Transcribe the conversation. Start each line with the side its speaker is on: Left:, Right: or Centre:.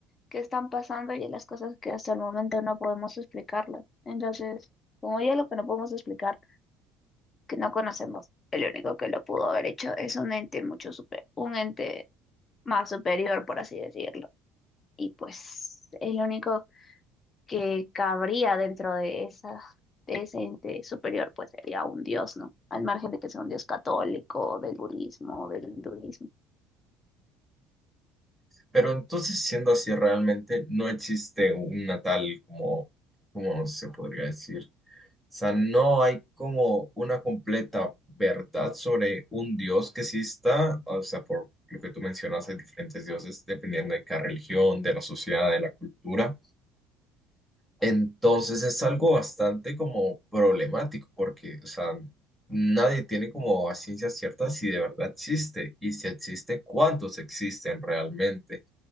Left: que están pasando y a las cosas que hasta el momento no podemos explicarlas. Entonces, como ya lo que no podemos explicar, que no conocemos, el único que lo pudo haber hecho es un ente mucho super, un ente más superior, por así decirlo. Y pues el único que cabría dentro de esa, de ese ente superior, pues sería un dios, ¿no? Al margen de que sea un dios católico, del budismo, del hinduismo.
Centre: Pero entonces, siendo así, realmente no existe una tal como, ¿cómo se podría decir? O sea, no hay como una completa verdad sobre un dios que exista, o sea, por lo que tú mencionas, hay diferentes dioses dependiendo de cada religión, de la sociedad, de la cultura. Entonces es algo bastante como problemático porque, o sea, nadie tiene como a ciencia cierta si de verdad existe y si existe, cuántos existen realmente